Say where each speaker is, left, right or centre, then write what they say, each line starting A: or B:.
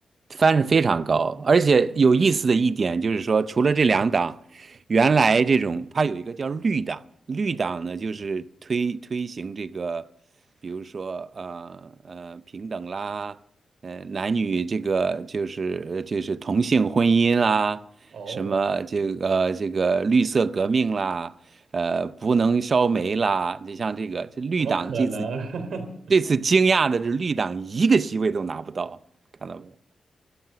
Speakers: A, on the right (about 45°); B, on the right (about 80°).
A: 翻是非常高，而且有意思的一点就是说，除了这两党，原来这种它有一个叫绿党，绿党呢就是推推行这个，比如说呃呃平等啦，呃男女这个就是呃就是同性婚姻啦，
B: 哦，
A: 什么这个、呃这个绿色革命啦，呃不能烧煤啦，就像这个这绿党这次
B: 怎么可能？
A: 这次惊讶的是绿党一个席位都拿不到，看到没？